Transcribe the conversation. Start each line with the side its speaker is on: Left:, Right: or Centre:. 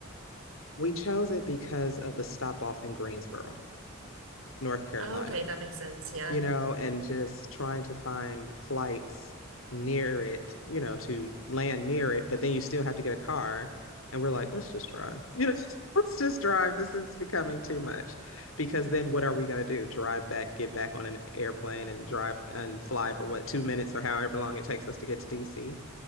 Left: We chose it because of the stop off in Greensboro, North Carolina.
Right: Oh, okay, that makes sense. Yeah.
Left: you know, and just trying to find flights near it, you know, to land near it, but then you still have to get a car. And we're like, let's just drive. You know, just, let's just drive. This is becoming too much. Because then what are we going to do? Drive back, get back on an airplane and drive and fly for what, two minutes or however long it takes us to get to DC.